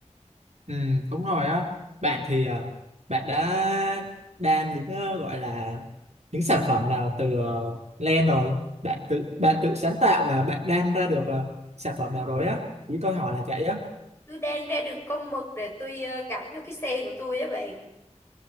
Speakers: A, on the right (about 65°); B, on the left (about 20°).
A: Ừ, đúng rồi á bạn thì à, bạn đã đan những ờ, gọi là những sản phẩm nào từ ờ, len rồi bạn tự bạn tự sáng tạo và bạn đan ra được ờ, sản phẩm nào rồi á ý tôi hỏi là vậy á
B: tôi đang ra được con mực để tôi ờ, gắn vô cái xe của tôi á bạn